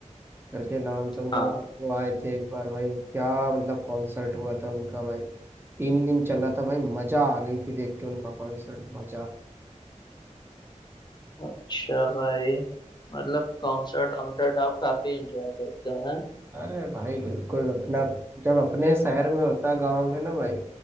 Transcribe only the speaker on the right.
करके नाम तो उनका
भाई वो आए थे एक बार भाई क्या मतलब कॉन्सर्ट हुआ था उनका भाई तीन दिन चला था भाई मजा आ गई थी देख के उनका कॉन्सर्ट मजा
अरे भाई बिल्कुल अपना जब अपने शहर में होता गांव में ना भाई